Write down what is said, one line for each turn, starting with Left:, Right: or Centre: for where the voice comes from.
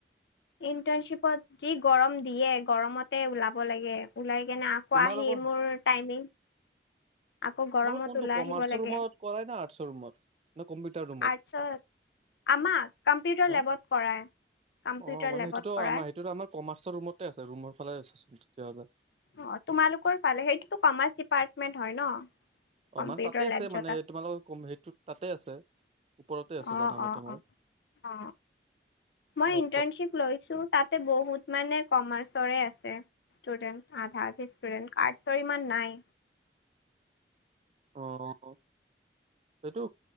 Left: ইণ্টাৰ্ণশ্বিপত যি গৰম দিয়ে গৰমতে ওলাব লাগে, ওলাই কেনে আকৌ
Right: তোমালোকৰ
Left: আহি মোৰ টাইমিং আকৌ গৰমত
Right: তোমালোক কোনটো
Left: ওলাই
Right: কমাৰ্চৰ
Left: আহিব লাগে,
Right: ৰুমত কৰাই না আৰ্টছৰ ৰুমত নে কম্পিউটাৰ ৰুমত?
Left: আৰ্টছ আমাক, কম্পিউটাৰ
Right: অ',
Left: লেবত কৰায় কম্পিউটাৰ
Right: অ', মানে
Left: লেবত
Right: সেইটোতো
Left: কৰায়।
Right: আমাৰ সেইটোতো আমাৰ কমাৰ্চৰ ৰুমতে আছে ৰুমৰ ফালে আছেচোন তেতিয়াহলে।
Left: অ', তোমালোকৰ ফালে সেইটোতো কমাৰ্চ ডিপাৰ্টমেন্ট হয় ন?
Right: অ',
Left: কম্পিউটাৰ
Right: মানে তাতে আছে
Left: লেব য'ত
Right: মানে তোমালোকৰ হেৰিটো তাতে আছে। ওপৰতে আছে
Left: অ
Right: জানামতে
Left: অ
Right: মই
Left: অ অ মই
Right: অ',
Left: ইণ্টাৰ্নশ্বিপ লৈছো তাতে বহুত মানে কমাৰ্চৰে আছে ইস্তূদেন্ট। আধা আধি ষ্টুদেণ্ট আৰ্টছৰ ইমান নাই।
Right: অ', সেইটো